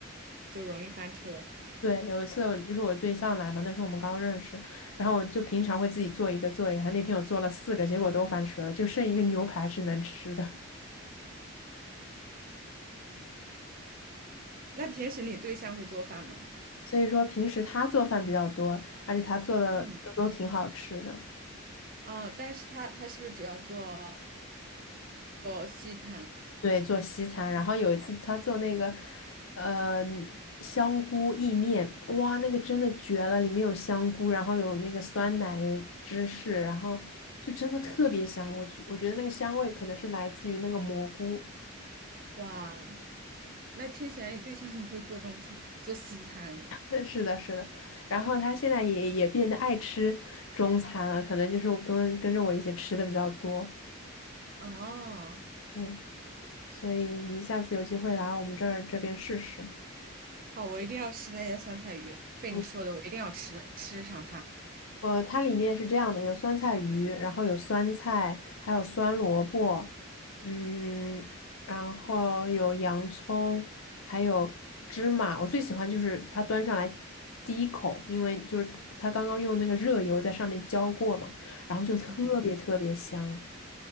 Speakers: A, on the right; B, on the left.
A: 就容易翻车。
B: 对，有一次我就是我对象来嘛，那时候我们刚认识，然后我就平常会自己做一个做一个，那天我做了四个，结果都翻车了，就剩一个牛排是能吃的。
A: 那平时你对象会做饭吗？
B: <laughs> 所以说平时他做饭比较多，而且他做的都都挺好吃的。
A: 嗯，嗯，但是他他是不是主要做做西餐？
B: 对，做西餐，然后有一次他做那个，呃，香菇意面，哇，那个真的绝了，里面有香菇，然后有那个酸奶，有芝士，然后就真的特别香。我觉我觉得那个香味可能是来自于那个蘑菇。
A: 哇，那听起来你对象很会做中餐，做西餐诶。
B: 对，是的，是的。然后他现在也也变得爱吃中餐了，可能就是我跟跟着我一起吃的比较多。
A: 哦，
B: 对，所以你下次有机会来我们这儿这边试试。
A: 好，我一定要吃那些酸菜鱼，被你说的，
B: 嗯，
A: 我一定要吃的，吃上它。
B: 呃，它里面是这样的，有酸菜鱼，然后有酸菜，还有酸萝卜，嗯，然后有洋葱，还有芝麻。我最喜欢就是它端上来第一口，因为就是它刚刚用那个热油在上面浇过嘛，然后就特别特别香。
A: 嗯，